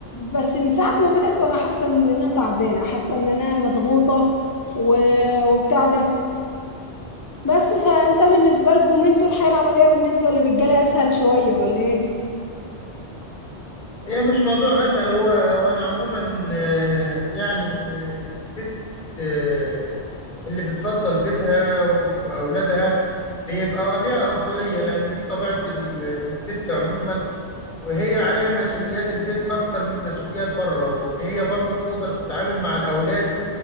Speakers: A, on the left; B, on the left.
A: بس من ساعه ما بدات وانا حاسه ان انا تعبانه حاسه ان انا مضغوطه و... وبتاع ده بس فانت بالنسبه لكم انتوا الحياه العمليه بالنسبه للرجاله اسهل شويه ولا ايه
B: هي مش موضوع اسهل هو وانا عموما آه، يعني الست آه، اللي بتفضل بيتها واولادها بيبقى ليها أفضلية لأن دي طبيعة ال- الست عموما وهي عليها مسؤوليات البيت أكتر من مسؤوليات بره وإن هي برضو بتقدر تتعامل مع الأولاد